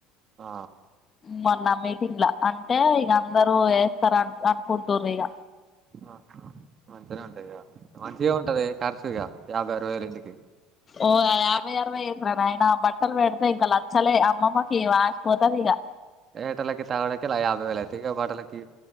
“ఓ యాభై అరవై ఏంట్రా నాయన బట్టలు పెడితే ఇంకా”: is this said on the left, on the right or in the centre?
Left